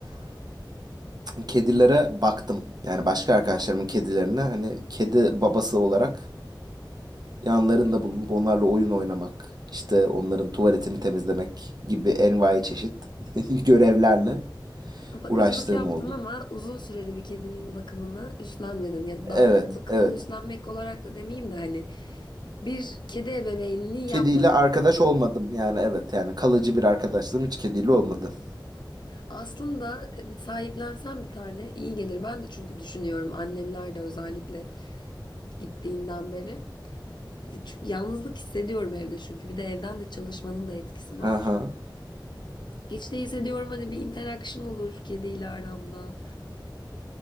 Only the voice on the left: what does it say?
Bakıcılık
yaptın
ama uzun süreli bir kedinin bakımını üstlenmedin. Ya
da bakımını
üstlenmek olarak da demeyeyim de hani bir kedi ebeveynliği yapmadın.
Aslında bir sahiplensen bir tane iyi gelir. Ben de çünkü düşünüyorum annemler de özellikle gittiğinden beri. Çünkü yalnızlık hissediyorum evde çünkü bir de evden de çalışmanın da etkisi var.
Hiç değilse diyorum hani bir interaction olur kediyle aramda.